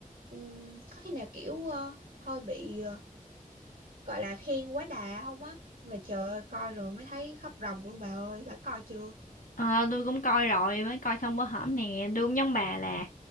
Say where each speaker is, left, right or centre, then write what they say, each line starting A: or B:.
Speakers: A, on the right; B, on the left.
A: ừm, có khi nào kiểu ờ, hơi bị ờ, gọi là khen quá đà không á Nhưng Mà trời ơi coi rồi mới thấy khóc ròng luôn bà ơi Bà coi chưa?
B: Ờ, tôi cũng coi rồi mới coi xong bữa hổm nè tôi cũng giống bà là